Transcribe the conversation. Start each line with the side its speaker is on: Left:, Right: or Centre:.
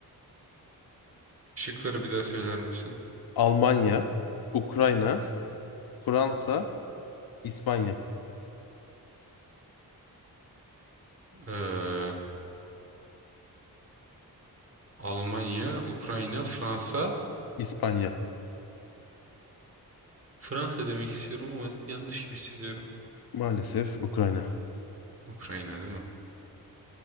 Right: Şıkları bir daha söyler misin?
Left: Almanya, Ukrayna,
Right: Hı hı.
Left: Fransa, İspanya.
Right: Ee, Almanya, Ukrayna, Fransa.
Left: İspanya.
Right: Fransa demek istiyorum ama yanlış gibi hissediyorum.
Left: Maalesef Ukrayna.
Right: Ukrayna değil mi?